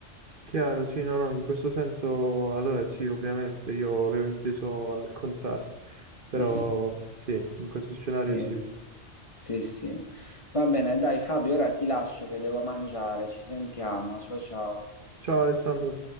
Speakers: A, on the right (about 50°); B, on the left (about 30°).
A: chiaro, sì, no, no, in questo senso, allora sì, ovviamente, io avevo inteso al contrario, però
B: <laughs>
A: sì, in questo scenario
B: Sì,
A: sì.
B: sì, sì. Va bene, dai Fabio, ora ti lascio che devo mangiare. Ci sentiamo. Ciao ciao.
A: Ciao Alessandro